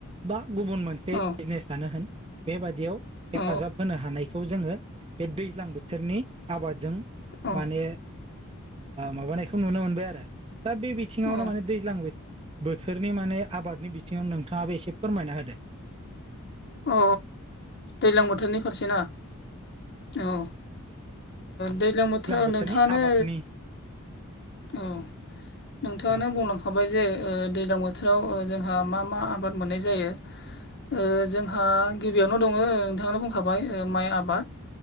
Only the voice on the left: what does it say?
औ
औ
औ
औ
अ दैज्लां बोथोरनि फारसे ना औ दैज्लां बोथोराव
नोंथाङानो
औ नोंथाङआानो
बुंलां खाबाय जे ओ दैजलां बोथोराव जोंहा मा मा आबाद मोननाय जायो ओ जों आंहा गिबियावनो दङ नोंथांनो बुंखाबाय माइ आबाद